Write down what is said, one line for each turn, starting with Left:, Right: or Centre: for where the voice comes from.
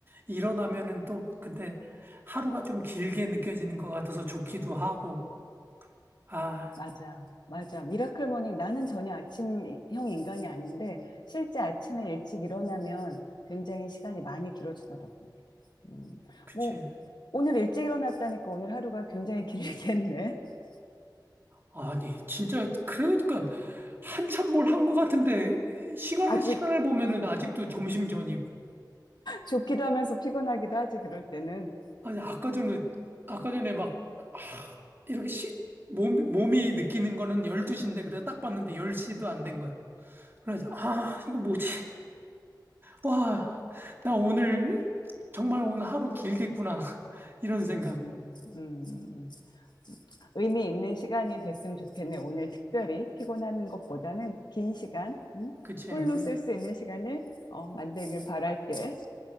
Right: 일어나면은 또 근데 하루가 좀 길게 느껴지는 것 같아서 좋기도 하고, 아,
Left: 맞아. 맞아. 미라클 모닝 나는 전혀 아침형 인간이 아닌데 실제 아침에 일찍 일어나면 굉장히 시간이 많이 길어지더라고. 음,
Right: 그치.
Left: 뭐, 오늘 일찍 일어났다니까 오늘 하루가 굉장히 길겠네. <laughs>
Right: 아니, 진짜, 그러니까, 한참 뭘 한 것 같은데, 시간을,
Left: 아직
Right: 시간을 보면은 아직도 점심
Left: 음,
Right: 전이고.
Left: 좋기도 하면서 피곤하기도 하지, 그럴 때는.
Right: 아니, 아까 전에, 아까 전에 막, 아, 이렇게 시, 몸, 몸이 느끼는 거는 열두 시인데 그래서 딱 봤는데 열 시도 안 된 거야. 그래서, 아, 이거 뭐지? 와, 나 오늘, 정말 오늘 하루 길겠구나. <laughs> 이런 생각.
Left: 음, 음, 의미 있는 시간이 됐으면 좋겠네. 오늘 특별히 피곤하는 것보다는 긴 시간, 음?
Right: 그치.
Left: 풀로
Right: 응.
Left: 쓸 수 있는 시간을 어, 만들길 바랄게.